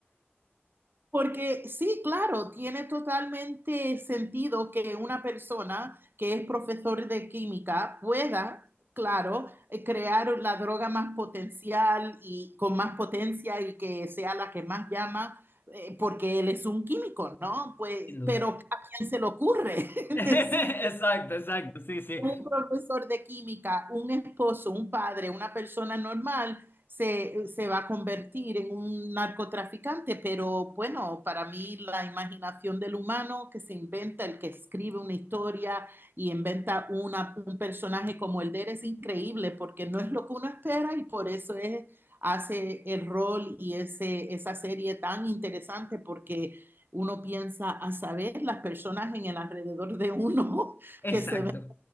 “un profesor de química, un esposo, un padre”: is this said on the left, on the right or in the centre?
Right